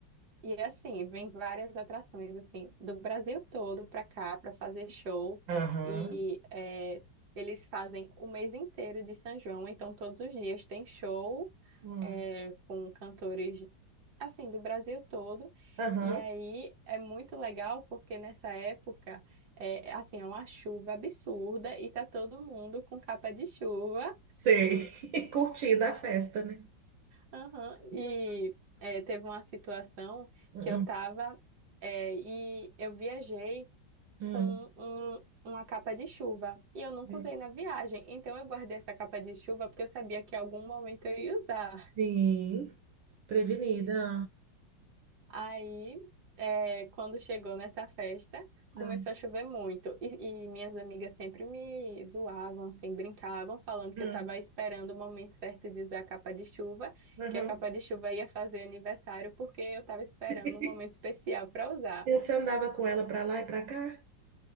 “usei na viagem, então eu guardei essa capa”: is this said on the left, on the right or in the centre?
Right